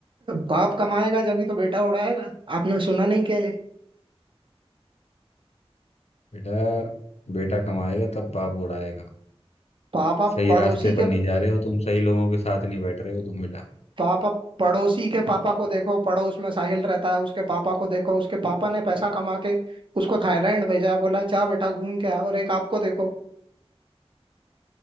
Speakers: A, on the right; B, on the left.
A: बाप कमाएगा जब ही तो बेटा उड़ाएगा आपने सुना नहीं कि
B: बेटा बेटा कमाएगा तब बाप उड़ाएगा
A: पापा
B: सही
A: पड़ोसी
B: रास्ते पर
A: के
B: नहीं जा रहे हो तुम सही लोगों के साथ नहीं बैठ रहे हो तुम बेटा
A: पापा पड़ोसी के पापा को देखो पड़ोस में साहिल रहता है उसके पापा को देखो उसके पापा ने पैसा कमा के उसको थाईलैंड भेजा है, बोला जा बेटा घूम के आ और एक आपको देखो